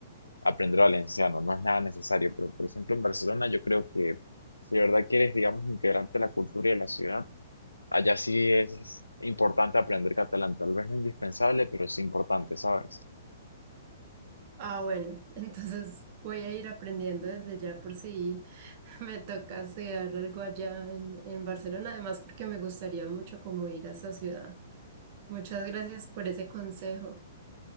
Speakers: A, on the left; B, on the right.
A: aprender valenciano, no es nada necesario, pero por ejemplo en Barcelona yo creo que si de verdad quieres, digamos, integrarte a la cultura y a la ciudad, allá sí es importante aprender catalán, tal vez no indispensable, pero sí importante, ¿sabes?
B: Ah, bueno, <laughs> entonces voy a ir aprendiendo desde ya por si <laughs> me toca hacer algo allá en, en Barcelona, además porque me gustaría mucho como ir a esa ciudad. Muchas gracias por ese consejo.